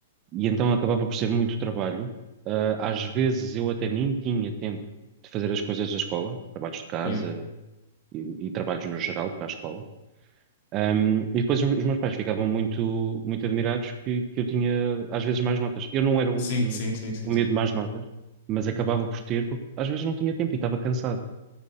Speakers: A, on the right; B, on the left.
A: E então acabava por ser muito trabalho. Ah, às vezes eu até nem tinha tempo de fazer as coisas da escola, trabalhos de casa
B: yeah.
A: e, e trabalhos no geral para a escola. Um, e depois os meus pais ficavam muito, muito admirados que, que eu tinha, às vezes, mais notas. Eu não era um,
B: Sim,
A: um,
B: sim, sim, sim,
A: um
B: sim.
A: medo de mais notas, mas acabava por ter, porque às vezes não tinha tempo e estava cansado.